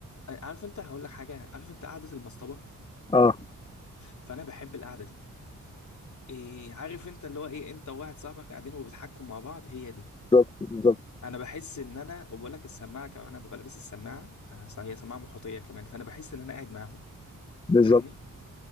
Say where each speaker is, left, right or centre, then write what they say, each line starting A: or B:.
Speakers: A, on the left (about 60°); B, on the left (about 15°).
A: آه، عارف أنت هقول لك حاجة عارف أنت قعدة المصطبة
B: اه
A: فأنا بحب القعدة دي إيه عارف انت اللي هو ايه انت وواحد صاحبك قاعدين وبيضحكوا مع بعض هي دي
B: بالظبط بالظبط
A: انا بحس ان انا وبقول لك السماعه كمان انا ببقى لابس السماعه آه صح، هي سماعه محيطيه كمان فانا بحس ان انا قاعد معاهم
B: بالظبط
A: فاهمني